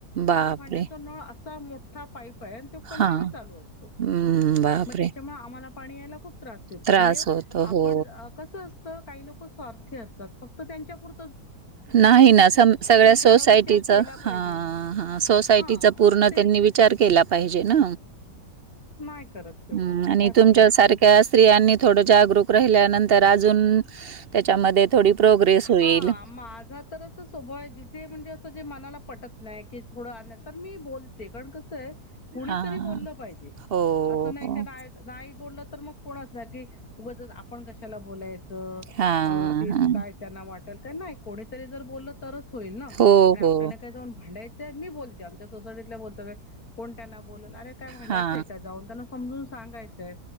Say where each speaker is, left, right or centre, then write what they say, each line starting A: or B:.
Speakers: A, on the right; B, on the left.
A: बापरे
B: चार भांड्या तो नळ असा मो ठा पाईप आहे आणि तो कंटिन्यू
A: हा
B: चालू असतो
A: हम्म बापरे
B: मग त्याच्यामुळे आम्हाला पाणी यायला खूप <unintelligible> म्हणजे
A: त्रास होतो
B: आपण
A: हो
B: कसं असत काही लोक स्वार्थी असतात फक्त त्यांच्यापूर
A: नाही ना सम सगळ्या सोसायटीचं
B: थोडा विचार केला पाहिजे.
A: हा हा सोसायटीचा
B: हा
A: पूर्ण
B: ते
A: त्यांनी विचार केला पाहिजे ना
B: नाही करत तेवढं
A: हम्म आणि
B: काय
A: तुमच्या
B: बोलायचं.
A: सारख्या स्त्रियांनी थोड जागरूक राहिल्यानंतर अजून त्याच्यामध्ये थोडी प्रोग्रेस
B: हा
A: होईल.
B: माझा तर असं स्वभाव आहे जिथे म्हणजे असं जे मनाला पटत नाही की थोडं तर मी बोलते कारण कस कोणी
A: हां.
B: तरी बोललं पाहीजे
A: हो,
B: अस नाही
A: हो.
B: की आहे नाही बोललं तर मग कोणच नाही की उगचच आपण कशाला बोलायचं
A: हां,
B: ते
A: हां.
B: काय त्यांना वाटेल का नाही कोणीतरी जर बोललं तरच होईल ना
A: हो,
B: आणि
A: हो.
B: आपल्याला काय जाऊन भांडायचं मी बोलते आमच्या सोसायटीतला बोलतो कोण त्यांना बोलल अरे काय भांडायचंय
A: हां.
B: का जाऊन त्यांना समजुन सांगायचंय